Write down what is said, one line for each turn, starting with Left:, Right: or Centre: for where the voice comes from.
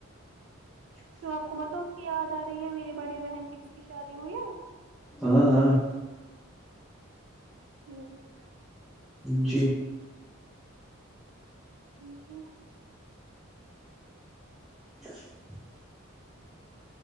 Right: کیوں آپ کو مطلب ا کی یاد آ رہی ہے میری بڑے بہن کی جس کی شادی ہوئی ہے
Centre: ہاں ہاں
Right: ٹھیک
Centre: جی
Right: جٹییک ہے
Centre: <inaudible>